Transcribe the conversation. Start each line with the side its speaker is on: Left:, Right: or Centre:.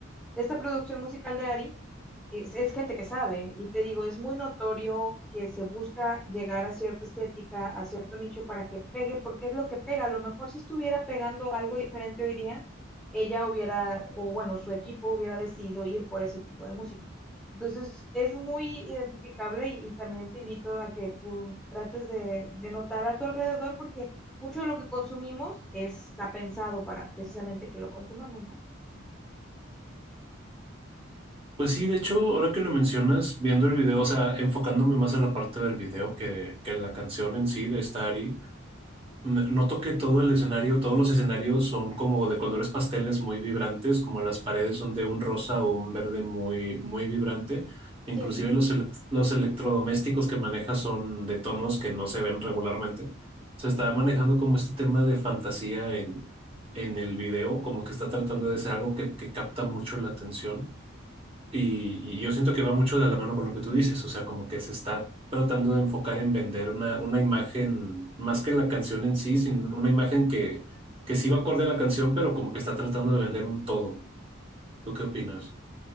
Centre: de esta producción musical de Ari, es, es gente que sabe, y te digo, es muy notorio que se busca llegar a cierta estética, a cierto nicho para que pegue, porque es lo que pega. A lo mejor si estuviera pegando algo diferente hoy día, ella hubiera, o bueno, su equipo hubiera decidido ir por ese tipo de música. Entonces, es muy identificable y, y también te invito a que tú trates de, de notar a tu alrededor porque mucho de lo que consumimos está pensado para precisamente que lo consumamos, ¿no?
Right: Pues sí, de hecho, ahora que lo mencionas, viendo el video, o sea, enfocándome más en la parte del video que, que la canción en sí de esta Ari, N- Noto que todo el escenario, todos los escenarios son como de colores pasteles muy vibrantes, como las paredes son de un rosa o un verde muy, muy vibrante. Inclusive
Centre: Sí,
Right: los, elec- los electrodomésticos que maneja son de tonos que no se ven regularmente. Se está manejando como este tema de fantasía en, en el video, como que está tratando de ser algo que, que capta mucho la atención. Y, y yo siento que va mucho de la mano con lo que tú dices, o sea, como que se está tratando de enfocar en vender una, una imagen, más que la canción en sí, sino una imagen que, que sí va acorde a la canción, pero como que está tratando de vender un todo. ¿Tú qué opinas?